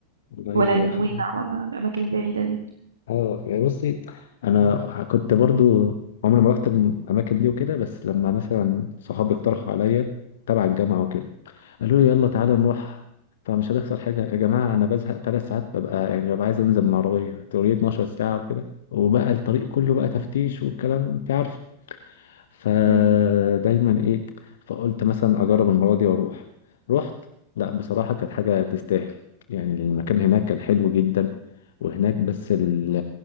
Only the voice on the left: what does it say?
والله
يا
حلال.
اه يعني بصي انا كنت برضو عمري ما رحت الاماكن دي وكده بس لما مثلا صحابي اقترحوا عليا تبع الجامعة وكده قالوا لي يلا تعالى نروح فمش هتخسر حاجة يا جماعة أنا بزهق تلات ساعات ببقى يعني ببقى عايز أنزل من العربية تقولي 12 ساعة وكده وبقى الطريق كله بقى تفتيش والكلام أنت عارف فدايما
ايه فقلت مثلا اجرب المره دي واروح رحت لا بصراحه كانت حاجه تستاهل يعني المكان هناك كان حلو جدا وهناك بس ال